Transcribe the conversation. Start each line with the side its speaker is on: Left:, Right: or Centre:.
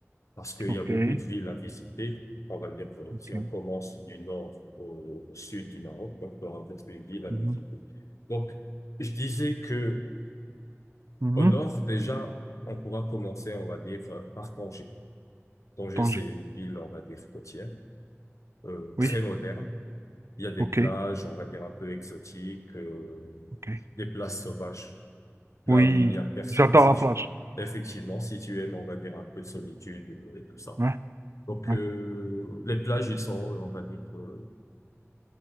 Left: Parce qu'il
Right: OK,
Left: y a beaucoup de villes à visiter. On va dire, que
Right: OK.
Left: si on commence du nord au, au sud du Maroc, donc, il y aura beaucoup de villes à
Right: mhm,
Left: visiter. Donc, je disais que
Right: mhm.
Left: au nord, déjà, on pourra commencer, on va dire, euh, par Tanger. Tanger,
Right: Tanger,
Left: c'est une ville, on va dire, côtière. euh,
Right: oui,
Left: très moderne. Il y a des
Right: OK,
Left: plages, on va dire, un peu exotiques, euh,
Right: OK.
Left: des plages sauvages, là
Right: Oui,
Left: où il n'y a personne,
Right: j'adore
Left: si
Right: la
Left: tu,
Right: plage.
Left: effectivement, si tu aimes, on va dire, un peu de solitude et, et tout ça.
Right: Ouais,
Left: Donc,
Right: ouais.
Left: euh, les plages, ils sont, on va dire, euh,